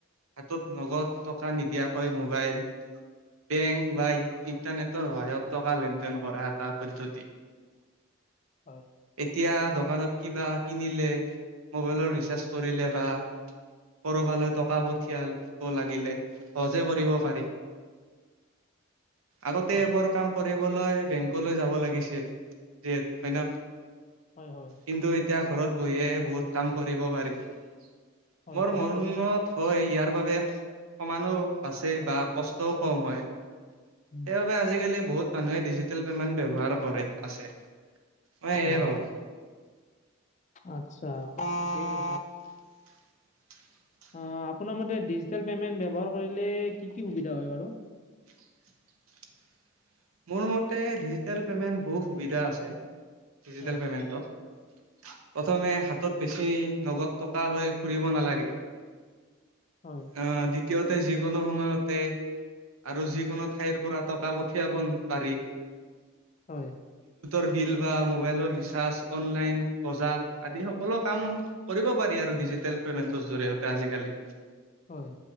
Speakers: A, on the right; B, on the left.
A: হাতত নগদ নিদিয়াকৈ মোবাইল। বেংক বা ইণ্টাৰনেটৰ সহায়ত টকা লেনদেন কৰা এটা পদ্ধতি।
B: হয়
A: এতিয়া দোকানত কিবা কিনিলে মোবাইলৰ ৰিচাৰ্জ কৰিলে বা কৰবালৈ টকা পঠিয়াল লাগিলে সহজে কৰিব পাৰি। আগতে
B: হয়
A: এইবোৰ কাম কৰিবলৈ বেংকলৈ যাব লাগিছিল। হয় ন
B: হয় হয়
A: কিন্তু এতিয়া ঘৰত বহিয়ে বহুত কাম কৰিব পাৰি মোৰ
B: হয় ঠিকে
A: মনত
B: কৈছে
A: হয় ইয়াৰ বাবে সমানো বাচে বা কষ্টও কম হয়। সেইবাবে
B: উম,
A: আজিকালি বহুত মানুহে ডিজিটেল পেমেণ্ট ব্যৱহাৰ কৰে। আছে মই এয়ে
B: হয়
A: ভাবো।
B: আচ্ছা
A: <unintelligible>
B: ঠিকে কৈছে অ আপোনাৰ মতে ডিজিটেল পেমেন্ট ব্যৱহাৰ কৰিলে কি কি সুবিধা হয় বাৰু?
A: <unintelligible> মোৰ মতে ডিজিটেল পে'মেণ্ট বহুত সুবিধা আছে ডিজিটেল
B: হয়
A: পে'মেণ্টত প্ৰথমে হাতত বেছি নগদ টকা লৈ ফুৰিব নালাগে।
B: হয়।
A: আহ দ্বিতীয়তে যিকোনো সময়তে আৰু যিকোনো ঠাইৰ পৰা টকা পঠি য়াব পাৰি।
B: হয়।
A: ৰ বিল বা মোবাইলৰ ৰিচাৰ্জ অনলাইন বজাৰ আদি সকলো কাম কৰিব পাৰি আৰু ডিজিটেল পেমেন্টৰ জৰিয়তে আজিকালি।
B: হয়।